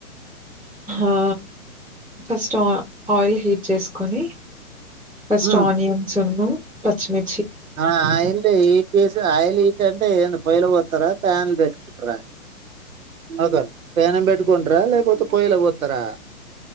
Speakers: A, in the centre; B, on the right (about 65°).
A: ఆ ఫస్ట్ ఆయిల్ హీట్ చేసుకొని ఫస్ట్
B: ఉమ్
A: ఆనియన్స్ అను పచ్చ్చమీ
B: ఆ ఆయల్ ఎం చేసావ్ ఆయల్ ఏంటంటే ఏ పొయ్యలు పోతారా ప్యాన్లు పెట్టుకుంటార ఓకే ప్యాన్ పెట్టుకుంటార లేకపోతే పొయ్యిలో పోతారా